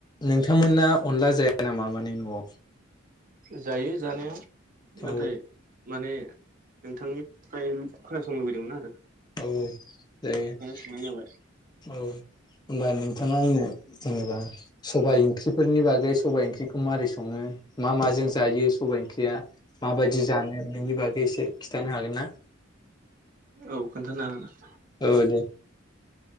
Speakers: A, on the left; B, on the right.
A: नोंथांमोना अनला जाया नामा माने न'आव?
B: जायो जानाया नाथाय
A: औ
B: माने नोंथांनिफ्राय खोनासंनो लुबैदोंमोन आरो।
A: औ जायो
B: बेखायनो सोंनाय जाबाय
A: औ होनब्ला नों थाङा आंनो जेनेबा सबाइ ओंख्रिफोरनि बागै सबाइ ओंख्रिखौ मारै सङो मा मा जों जायो सबबाय ओंख्रिया माबायदि जानो बेनि बागै एसे खिथानो हागोन ना?
B: औ खोन्थानो हागोन नोंथां।
A: औ दे